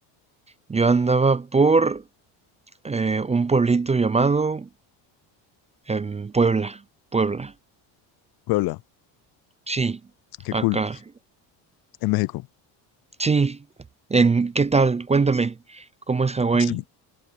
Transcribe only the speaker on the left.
Puebla.
Qué
cool. En México.
Sí.